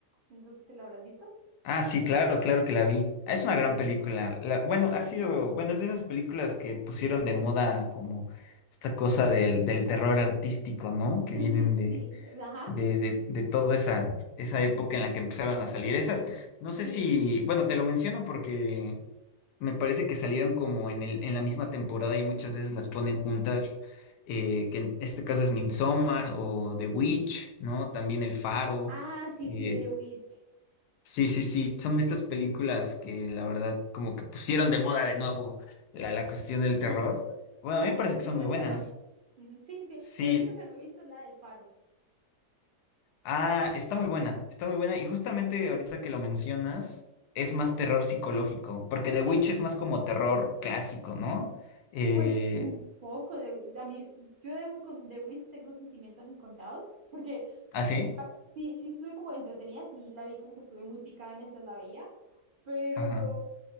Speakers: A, on the right; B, on the left.
A: no sé si te la habrás visto.
B: Ah, sí, claro, claro que la vi. Ah, Es una gran película. La- bueno,
A: Sí.
B: ha sido, bueno, es de esas películas que pusieron de moda como esta cosa del, del terror artístico, ¿no? Que vienen
A: Ujú,
B: de,
A: sí, ajá,
B: de, de toda esa, esa época en la que empezaron a salir esas. No sé
A: sí.
B: si, bueno, te lo menciono porque me parece que salieron como en el, en la misma temporada y muchas veces las ponen juntas, eh, que en este caso es Midsommar o The Witch, ¿no? También El Faro.
A: Ah, sí,
B: eh,
A: sí, The Witch.
B: sí, sí, sí, son estas películas que la verdad como que pusieron de moda de nuevo la, la cuestión
A: <clears throat>
B: del terror. Bueno,
A: Sí,
B: a mí
A: como
B: me parece
A: ese
B: que
A: tipo
B: son muy
A: de
B: buenas.
A: terror. Ujú, Sí, sí.
B: Sí.
A: La única que no he visto es la del faro.
B: Ah, está muy buena, está muy buena. Y justamente ahorita que lo mencionas, es
A: Ujú.
B: más terror psicológico, porque The Witch es más como terror clásico, ¿no? Eh,
A: Pues un poco de... A mí, yo de, Wi- con The Witch tengo sentimientos encontrados, porque
B: ¿ah, sí?
A: ¿sabes? sí, sí estuve como entretenida, sí la vi como que estuve muy picada mientras la veía, pero,
B: Ajá.